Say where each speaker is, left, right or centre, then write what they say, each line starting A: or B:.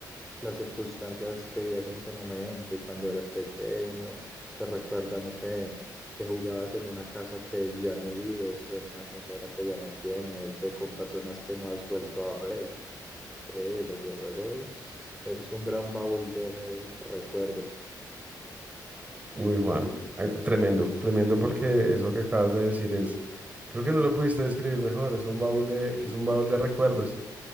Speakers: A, in the centre; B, on the right (about 20°).
A: las circunstancias que vivías en ese momento y cuando eras pequeño, te recuerda, no sé, que jugabas en una casa que ya no vives o en una consola que ya no tienes o con personas que no has vuelto a ver. Sí, los videojuegos es un gran baúl de recuerdos.
B: Muy Juan, ah, tremendo, tremendo porque eso que acabas de decir es, creo que no lo pudiste describir mejor, es un baúl de, es un baúl de recuerdos,